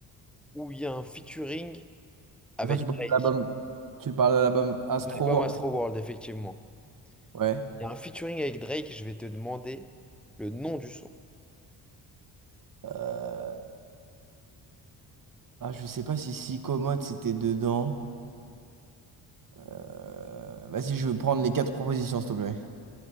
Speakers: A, in the centre; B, on the right.
A: où il y a un featuring avec
B: Ah, tu parles
A: Drake.
B: de l'album, tu parles de l'album Astro
A: L'album
B: World.
A: Astroworld, effectivement.
B: Ouais.
A: Il y a un featuring avec Drake. Je vais te demander le nom du son.
B: Euh, Ah, je sais pas si Si Commode c'était dedans. Euh, Vas-y, je veux prendre les quatre propositions, s'il te plaît.